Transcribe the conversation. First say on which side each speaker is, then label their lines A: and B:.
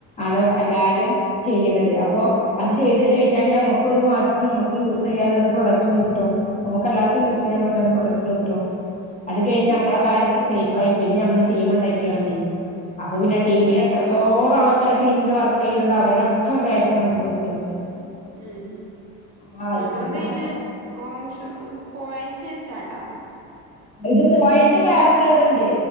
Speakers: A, on the left; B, on the right.
A: ആണ് എല്ലാരും ചെയ്യുന്നത് അപ്പൊ അത് ചെയ്ത് കഴിഞ്ഞാല് മ്മക്ക് നമക് ഒരു മാസം നമുക്ക് യൂസ് ചെയ്യാനുള്ള ഒരു പ്രൊഡക്റ്റും കിട്ടും നമുക്ക് എല്ലാർക്കും യൂസ് ചെയ്യാൻ പറ്റുന്ന ഒരു പ്രോഡക്റ്റ് കിട്ടും അത് കഴിഞ്ഞ് നമ്മളെ കാര്യം സേഫാ പിന്നെ നമ്മള് ടീം ഉണ്ടാക്കക്കാൻ വേണ്ടി അപ്പൊ പിന്നെ ടീമില് എത്രത്തോളം ആൾക്കാാര് ടീമില് വർക്ക് ചെയ്യണ്ട് അവരുടെൊക്കെ ക്യാശ് നമുക്ക് കിട്ടും
B: ഉം
A: അപ്പൊ
B: ഞങ്ങ
A: അത്
B: എന്ത്ന്നെ
A: കാരണം
B: ഓം പോയിന്റി വെച്ചാട്ടാ
A: ഇത് പോയന്റ് വേറെ കേയറണ്ട്